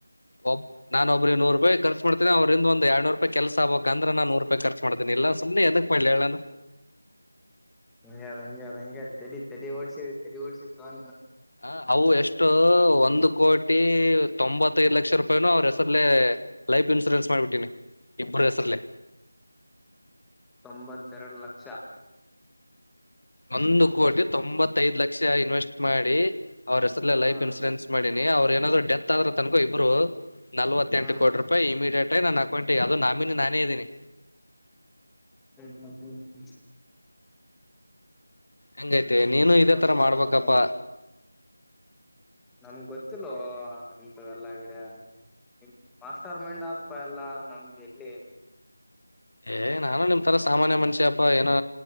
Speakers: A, on the left; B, in the centre.
A: ಒಬ್ ನಾನ ಒಬ್ಬ ನೂ ರಪಾಯಿ ಖರ್ಚು ಮಾಡ್ತೀಿ ಅವ್ರಂದ ಒಂದ ಎಡ್ನೂರುೂಪಾಯಿ ಕೆಸಗ್ಬೇಕಂದ್ರೆ ನೂ ರೂಪಾಯ ಖರ್ಚು ಮಾಡತೀನ ಇಲ್ಲ ಸುಮ್ನೆ ಎಡಕ್ ಮಾಡ್ಲಿ ಹೇಳ್
B: ಹಂಗ ಹಂಗ್ಯ ಹಂಗ ತಲಿ ತಲಿ ಓಡ್ಸಿದ ತಲಿ ಓಡ್ಸಿದ ತ
A: ಹ ಅವು ಎಷ್ಟು ಒಂದು ಕೋಟಿ ತೊಂಬತ್ತೈದು ಲಕ್ಷ ರೂಪಾಯೂ ಅವ್ರ ಹೆಸಲ್ಲೇ ಲೈಫ್ ಇನ್ಶೂರೆನ್ಸ್ ಮಾಡ್ಬಿಟ್ಟೀನಿ ಇಬ್ಬರ ಹೆಸರಲ್ಲಿ
B: ತೊಂಬತ್ತೆರಡು ಲಕ್ಷ
A: ಒಂದು ಕೋಟಿ ತೊಂಬತ್ತದ್ ಲಕ್ಷ ಇನ್ವೆಸ್ಟ್ ಮಾಡಿ ಅವ್ರ ಹೆಸ್ರಲ್ಲ
B: ಹ್ಮ್
A: ಲೈಫ್ ಇನ್ಸೂರೆನ್ಸ್ ಮಾಡಿ ಅವ್ರು ಏನಾದ್ರು ಡೆತ್ ಆದ್ರೂ ತನಕೂ ಇಬ್ಬರು ನಲ್ವತ್
B: ಹ್ಮ್
A: ಎಂಟ ಕೋಿ ರೂಪಾಯಿ ಇಮಿಡಿಯೇಟ್ ಅೇ ನಾನು ಅಕಂಟ ಈ ಅದು ನಾಮಿನಿ ನಾನೇ ಇದ್ದೀನಿ
B: ಹ್ಮ್ ಹ್ಮ್ ಹ್ಮ್ ಹ್ಮ
A: ಹೆಂಗೈತೆ ನೀನು
B: ಚಲೋಪಾ
A: ಇದೇ ತರ ಮಾಡ್ಬೇಕಪ್ಪಾ
B: ಅಂದ್ರ ನಮ್ಗ್ ಗೊತ್ತಿಲ್ಲ ಇಂಥದಲ್ಲ ಐಡೇ ನಿಮ ಮಾಸ್ಟರ್ ಮೈಂಡ್ ಆಗ್ತ ಎಲ್ಲಾ ನಮ್ಗೆ ಎಲ್ಲಿ
A: ಏ್ ನಾನು ನಿಮ್ ತರ ಸಾಮಾನ್ಯ ಮನುಷ್ಯಪ್ಪಾ ಏನೋ